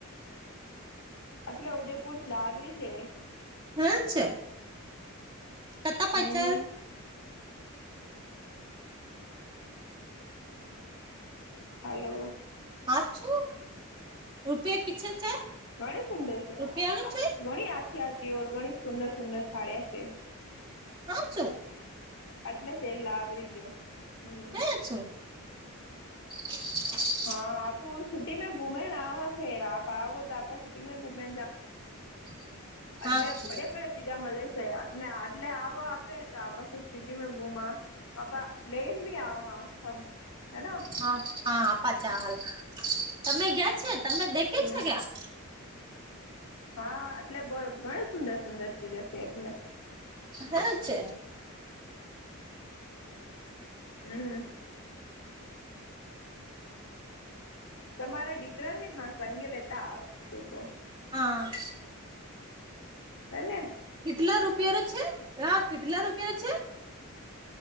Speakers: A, on the left (about 85°); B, on the right (about 25°).
A: એટલે ઉદયપુર. લાગરી છે.
B: હા, છે. કરતા પ
A: હમ
B: છે.
A: હલો.
B: હાથ છું, રૂપિયા કછ છે.
A: ઘણી સુંદર,
B: રૂપિયાનું છે
A: ઘણી આછી આચી ઓર ઘણી સુંદર સુંદર છાડ્યા છે.
B: હા, છું.
A: એટલે છે, લાગરી જો હમ.
B: <unintelligible> હ.
A: હા, આપ સિટી મે ઘુમેને આ છે, આપ આો તો આપ સિટી મે ઘુમે.
B: <unintelligible>
A: એટલે
B: છું
A: બડે બડે ચીજા મળે છે ને, આટલે આવો. આપ સિટી મે ઘુમા આપા લેન, ભી આવા સબ. હેના
B: હા, હા, આપા ચાલ તમે ગયા છે, તમે દેખે
A: શું
B: છે, કેયા.
A: હા, એટલે બ ઘણી સુંદર સુંદર ચીજ હ છે, એટલે
B: હા, છે.
A: હમ. તમારા દીકરા ને, હા, તંગે લેતા આવુંશો.
B: હા.
A: હ ને.
B: કેટલા રૂપિયા નું છે? હા, કેટલા રૂપિયા છે.